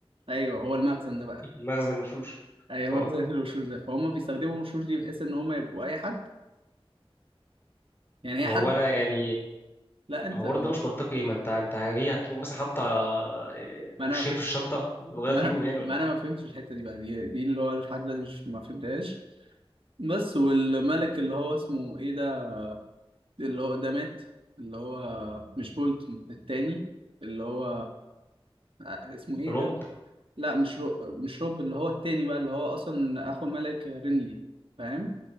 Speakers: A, on the right; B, on the left.
A: ايوه هو المخزن ده بقى
B: <laughs> مخزن الوشوش
A: ايوه
B: اه
A: مخزن <laughs> الوشوش ده فهم بيستخدموا الوشوش دي بحيث ان هم يبقوا اي حد يعني
B: ما
A: هي حد
B: هو انا يعني
A: لا انت
B: ما هو
A: ال...
B: ده مش منطقي ما انت انت هي هتقوم مثلا حاطه آه،
A: ما
B: وشين
A: انا ما, ف...
B: في الشنطه تغير
A: ما
B: فيهم
A: انا
B: يعني ولا
A: ما انا
B: إيه؟
A: ما فهمتش الحته دي بقى دي, دي اللي هو لحد دلوقتي مش ما فهمتهاش بس والملك اللي هو اسمه ايه ده اللي هو ده مات اللي هو مش بولتون التاني اللي هو آه، اسمه ايه
B: روب
A: ده لا مش رو... مش روب اللي هو التاني بقى اللي هو اصلا اخو الملك رينلي فاهم